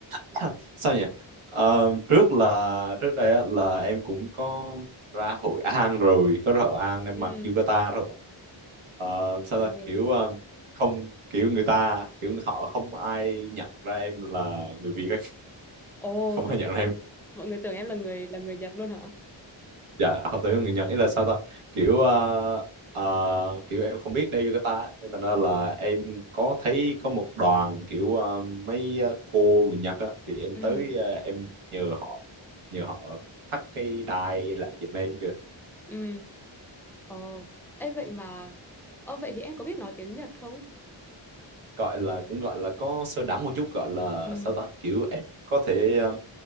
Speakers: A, on the right; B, in the centre.
A: <laughs> sao nhỉ Ờ, trước là trước đây á, là em cũng có ra Hội An rồi có ra Hội An em
B: Ừ.
A: mặc yukata rồi Ờ, sao
B: Ồ.
A: ta kiểu ờ, không kiểu người ta kiểu họ không ai nhận ra em là người Việt ấy. <laughs>
B: Ồ
A: không
B: thật
A: ai nhận
B: luôn.
A: ra em
B: Mọi người tưởng em là người là người Nhật luôn hả?
A: dạ họ tới người Nhật ý là sao ta kiểu ờ, ờ, kiểu em không biết đeo yukata á, nên thành ra là em có thấy có một đoàn kiểu ờ, mấy ờ, cô người Nhật á thì em
B: Ừ.
A: tới ờ, em nhờ họ nhờ họ thắt cái đai lại giùm em kìa
B: Ừ. Ồ. Ê vậy mà Ồ vậy thì em có biết nói tiếng Nhật không?
A: gọi là cũng gọi là có sơ đẳng một chút gọi là
B: Ừ.
A: sao ta kiểu em có thể ờ,